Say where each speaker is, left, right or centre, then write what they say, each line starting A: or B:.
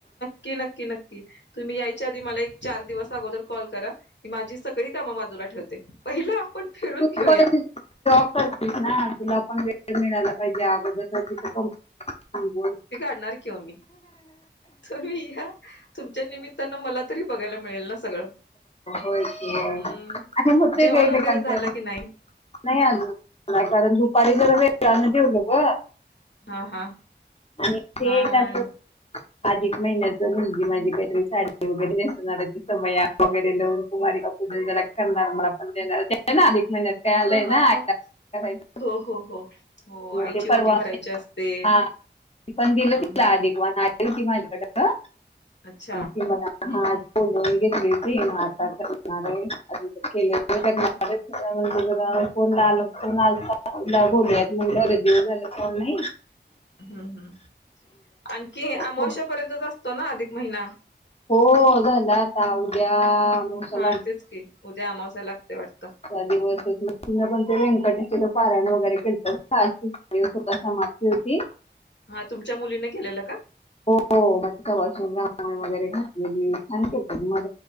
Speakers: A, on the left; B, on the left.
A: क्की नक्की नक्की तुम्ही यायच्या आधी मला एक चार दिवस अगोदर कॉल करा. मी माझी सगळी काम बाजूला ठेवते पहिलं आपण फिरून
B: तू
A: घेऊया.
B: पण जॉब कर <unintelligible> तुला पण वेळ मिळाला पाहिजे अगोदर तिथं कोणं <unintelligible>
A: येणार की ओ मी तुम्ही या तुमच्या निमिततानं मला तरी बघायला मिळेल ना सगळं
B: होय की होय.
A: हम्म
B: आणि होते
A: जेवण
B: ग एकमेकांच्या
A: वगैरे झालं की नाई.
B: नाही अजून नाय कारण दुपारी जरा वेगान जेवलो ग
A: हा हा
B: आणि ते
A: हा
B: एक असं
A: आणि
B: अधिक महिन्याच म्हणजी माझी काहीतरी साडी वगैरे नेसणार आहे सवय वगैरे लावून कुमारी म्हणून जरा करणार मला पण देणार ना अधिक महिन्यात काय आलंय
A: ह हा
B: ना
A: हा
B: आता
A: हो हो हो हो आईची
B: ते परवा
A: ओटी भरायची असते
B: हा ते पण दिलं
A: अ
B: तिला
A: हा
B: अधिक वाण आली होती माझ्याकड
A: अच्छा
B: म तिला
A: हम्म
B: <unintelligible> हाच
A: हम्म
B: बोललो मी घेतली होती म आता कधी पण आलाय <unintelligible>
A: हा हा
B: म्हणजे बघा फोन ला आल फोन आता बोलूयात म्हणलं लय दिवस झालेत फोन नई.
A: हम्म हम्म आणखी अमावश्यापर्यंतच
B: हो-
A: असतो ना अधिक महिना
B: हो झाल आता उद्या अमावस्या
A: हा तेच की उद्या आमावश्या लागतय वाटतय.
B: त्या दिवस तिन पण ते व्यंकटचं पारायण वगैरे केलत <unintelligible> सुख समाप्ती होती.
A: हा तुमच्या मुलीने केलेलं का?
B: हो म ती सवसानी वगैरे घातलेली छान केलत तिनी मठ